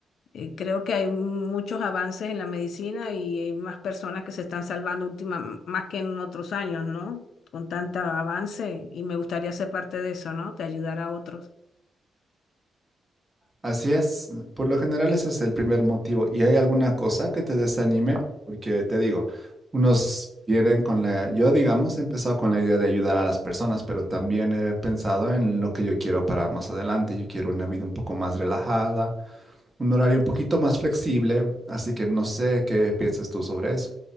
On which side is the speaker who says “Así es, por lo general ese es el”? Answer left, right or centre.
Right